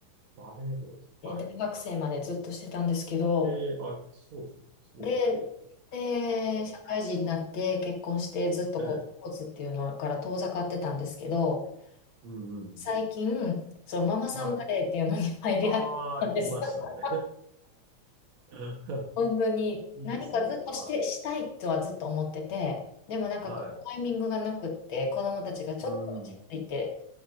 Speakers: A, on the right; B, on the left.
A: バレーボールです。
B: で大学生までずっとしてたんですけど、
A: はい。ええ、あ、そうです。すごいですね、
B: で、
A: 結構。
B: で、
A: は
B: 社会人になって結婚してずっとこうスポーツっていうのから遠ざかってたんですけど、
A: い。ええ。うんうん。
B: 最近、そう、ママさんバレーっていうのに
A: はい。
B: <laughs> 入り始めたんです。
A: ああ、来ましたね。
B: <laughs>
A: <laughs>
B: 本当に、
A: いいですね。
B: 何かずっとして、
A: は
B: したいとはずっと思ってて、でもなんかこう、
A: い。はい。
B: タイミングがなくって、子供たちがちょっと落ち着いて、
A: うん。